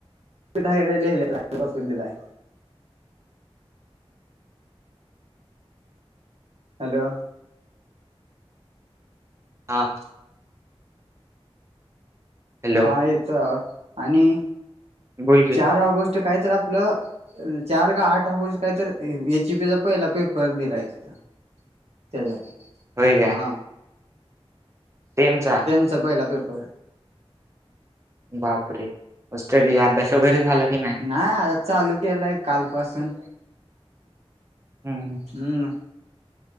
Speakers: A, on the right; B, on the right.
A: तिथं हाय राहिलेय लिहियलेत कॉफीन दिला आहे. हॅलो.
B: हां. हॅलो
A: हा येतोय आणि,
B: बोल की
A: चार ऑगस्ट काय तर आपल. चार काय आठ हो इस काय तर एचपी चा पहिला पेपर दिलाय तिथं. तेच्यात
B: होय
A: आ.
B: तेनचा.
A: चापहिला पेपर.
B: बापरे स्टडी अभ्यास वगैरे झाला की नाय.
A: नाही आता चालू केलंय, काल पासून
B: हं,
A: हम्म.